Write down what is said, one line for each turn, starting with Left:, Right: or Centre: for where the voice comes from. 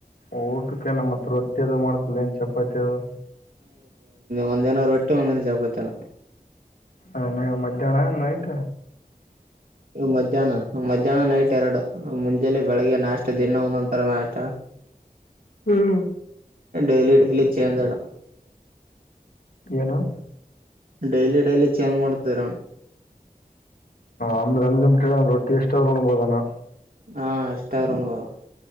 Left: ಊಟಕ್ಕೆ ನಮ್ಮ ಮತ್ ರೊಟ್ಟಿ ಅದು ಮಾಡ್ತಲ್ಲ ಏನ್ ಚಪಾತಿ ಅದು
Right: ಒಂದ್ ದಿನ ರೊಟ್ಟಿ ಒಂದ್ ದಿನ ಚಪತ್ತಣ
Left: ಅನ ಮಧ್ಯಾಹನ ನಾಯಟ
Right: ಮಧ್ಯಾಹ್ನ ಮಧ್ಯಾಹ್ನ ನೈಟ್ ಎರಡು ಮುಂಜಲಿ ಬೆಳಿಗ್ಗೆ ನಾಷ್ಟ ದಿನ ಒಂದೊಂದ ತರ ನಾಷ್ಟ <inaudible>
Left: ಹ್ಮ್
Right: ೇಲಿ ಲಿ ಚೇನ್ ತೇಡ
Left: ಪಏನು
Right: ಡೈಲಿ ಡಲಿ ಚೇಂಜ್ ಮಾಡ್ತತರು
Left: ಅಮ್ರೆ ಅನ್ಲಿಮಿಟೆಡ್ ರೊಟ್ಟಿ ಎಷ್ಟಾದ್ರೂ ನೋಣಬೋದನಾ
Right: ಹಾ ಎಷ್ಟಾವರಣವಾ